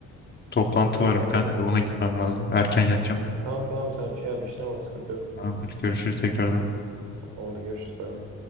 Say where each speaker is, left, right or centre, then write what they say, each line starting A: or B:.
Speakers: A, on the left; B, on the right.
A: Toplantı
B: Okey
A: var
B: kankam.
A: bir tane de ona gitmem lazım. Erken yatacağım.
B: Tamam tamam sen şey yap işine bak sıkıntı yok.
A: Tamamdır. Görüşürüz tekrardan.
B: Oldu görüşürüz bay bay.